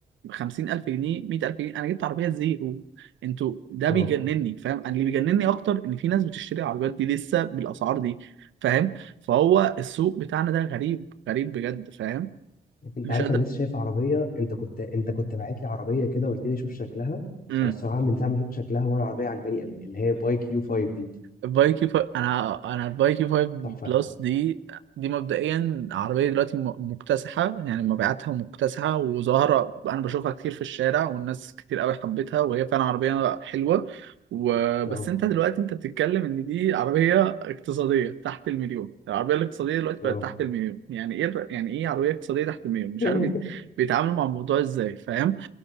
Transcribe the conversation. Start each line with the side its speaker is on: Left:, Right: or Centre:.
Right: 50000 جنيه 100000 جنيه انا جبت عربيه زيرو انتوا ده
Left: اه
Right: بيجنني فاهم انا اللي بيجنني اكتر ان في ناس بتشتري العربيات دي لسه بالاسعار دي فاهم فهو السوق بتاعنا ده غريب غريب بجد فاهم
Left: انت
Right: مش
Left: عارف
Right: قادر
Left: انا لسه شايف عربيه انت كنت انت كنت باعت لي عربيه كده وقلت لي شوف شكلها
Right: امم
Left: انا الصراحه من ساعه ما شفت شكلها وانا عربيه عجباني قوي اللي هي باي كيو 5 دي
Right: البايكيو فايف انا انا البايكيو فايف بلس
Left: تحفه
Right: دي دي مبدئيا عربيه دلوقتي م- مكتسحه يعني مبيعاتها مكتسحه وظاهره انا بشوفها كتير في الشارع والناس كتير قوي حبتها وهي فعلا عربيه حلوه وبس
Left: اه
Right: انت دلوقتي انت بتتكلم ان دي عربيه اقتصاديه تحت المليون العربيه الاقتصاديه دلوقتي
Left: اه
Right: بقت تحت المليون يعني ايه الر- يعني ايه عربيه اقتصاديه تحت المليون مش
Left: <laughs>
Right: عارف بيت- بيتعاملوا مع الموضوع ازاي فاهم